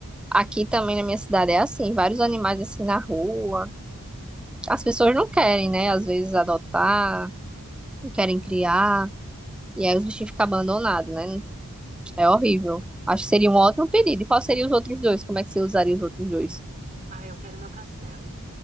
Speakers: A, in the centre; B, on the right.
A: Aqui também na minha cidade é assim, vários animais assim na rua. As pessoas não querem, né? Às vezes adotar, não querem criar, e aí os bichinhos ficam abandonados, né? É horrível. Acho que seria um ótimo pedido. E qual seria os outros dois? Como é que você usaria os outros dois?
B: Ah, eu quero meu castelo.